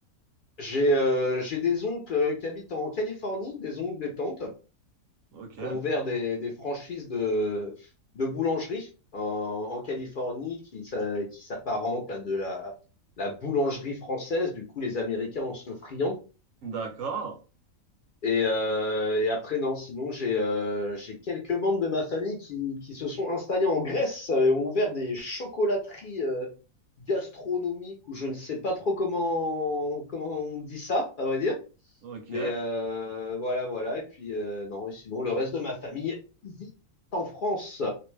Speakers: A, on the left (about 65°); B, on the right (about 70°).
A: j'ai euh, j'ai des oncles euh, qui habitent en Californie, des oncles, des tantes
B: Ok.
A: qui ont ouvert des des franchises de de boulangerie en, en Californie qui s'a- qui s'apparentent à de la la boulangerie française. Du coup les Américains en sont friands.
B: D'accord.
A: Et, euh, et après, non, sinon, j'ai euh, j'ai quelques membres de ma famille qui, qui se sont installés en Grèce euh, et ont ouvert des chocolateries euh, gastronomiques ou je ne sais pas trop comment, comment on dit ça, à vrai dire.
B: Ok.
A: Mais euh, voilà, voilà. Et puis, euh, non, et sinon, le reste de ma famille vit en France.